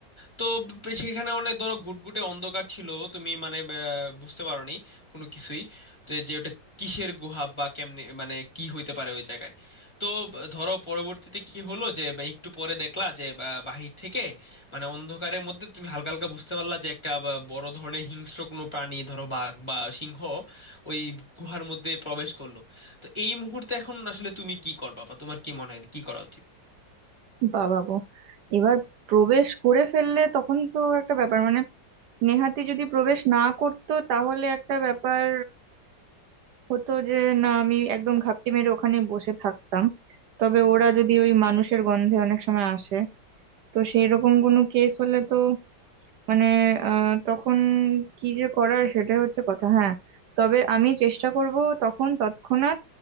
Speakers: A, on the left; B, on the right.
A: তো ব- সেখানে অনেক ধরো ঘুটঘুটে অন্ধকার ছিল তুমি মানে আহ, বুঝতে পারোনি কোনো কিছুই যে যে ওটা কিসের গুহা বা কেমনে মানে কি হইতে পারে ওই জায়গায় তো ব- ধরো পরবর্তীতে কি হলো যে বা একটু পরে দেখলা যে বা- বাহির থেকে মানে অন্ধকারের মধ্যে তুমি হালকা হালকা বুঝতে পারলা যে একটা বা- বড় ধরনের হিংস্র কোনো প্রাণী ধরো বাঘ বা সিংহ ওই গুহার মধ্যে প্রবেশ করলো তো এই মুহূর্তে এখন আসলে তুমি কি করবা বা তোমার কি মনে হয় কি করা উচিত
B: বাবা গো এবার প্রবেশ করে ফেললে তখন তো একটা ব্যাপার মানে নেহাতি যদি প্রবেশ না করতো তাহলে একটা ব্যাপার হতো যে না আমি একদম ঘাপটি মেরে ওখানে বসে থাকতাম তবে ওরা যদি ওই মানুষের গন্ধে অনেক সময় আসে তো সেই রকম কোনো কেস হলে তো মানে আহ, তখন কি যে করার সেটাই হচ্ছে কথা হ্যাঁ তবে আমি চেষ্টা করব তখন তৎক্ষণাৎ